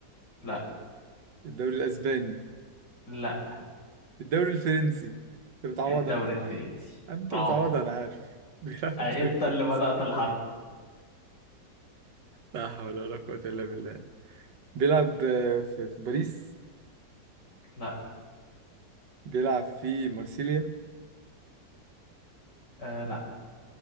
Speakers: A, on the left; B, on the right.
A: لا
B: الدوري الأسباني
A: لا
B: الدوري الفرنسي أنت بتعوضها
A: الدوري
B: أنت أنا
A: الفرنسي
B: عارف أنت
A: اه
B: بتعوضها أنا عارف <laughs> بيلعب في
A: أي
B: الدوري
A: انت
B: الفرنسي
A: اللي بدأت الحرب
B: لا حول ولا قوة إلا بالله بيلعب آه، في في باريس
A: لا
B: بيلعب في مارسيليا
A: آه لا